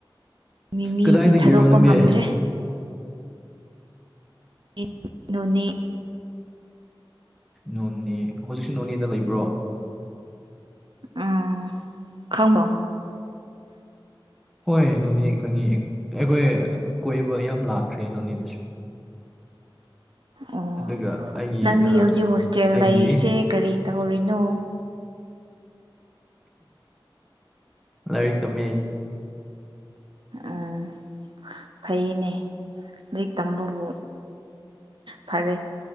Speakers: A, on the right; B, in the centre.
A: ꯃꯤ ꯃꯤꯗꯤ
B: ꯀꯗꯥꯏꯗꯒꯤꯔꯣ
A: ꯊꯥꯗꯣꯛꯄ
B: ꯅꯪꯗꯤ
A: ꯉꯝꯗ꯭ꯔꯦ ꯑꯟꯏꯟꯇꯦꯜꯂꯤꯖꯦꯕꯜ ꯅꯣꯅꯤ
B: ꯅꯣꯅꯦ ꯍꯧꯖꯤꯛꯁꯨ ꯅꯣꯅꯦꯗ ꯂꯩꯕ꯭ꯔꯣ
A: ꯎꯝ ꯈꯪꯕꯣ
B: ꯍꯣꯏ ꯅꯣꯅꯦ ꯈꯪꯉꯤ ꯑꯩꯈꯣꯏ ꯀꯣꯏꯕ ꯌꯥꯝ ꯂꯥꯛꯈ꯭ꯔꯦ ꯅꯣꯅꯦꯗꯨꯁꯨ <inaudible>
A: ꯑꯣ
B: ꯑꯗꯨꯒ ꯑꯩꯒꯤ
A: ꯅꯪꯗꯤ
B: ꯑꯥ
A: ꯍꯧꯖꯤꯛ ꯍꯣꯁꯇꯦꯜ
B: ꯑꯩꯒꯤ
A: ꯂꯩꯔꯤꯁꯦ ꯀꯔꯤ ꯇꯧꯔꯤꯅꯣ
B: ꯂꯥꯏꯔꯤꯛ ꯇꯝꯃꯦ
A: ꯎꯝ ꯐꯩꯅꯦ ꯂꯥꯏꯔꯤꯛ ꯇꯝꯕꯕꯨ ꯐꯔꯦ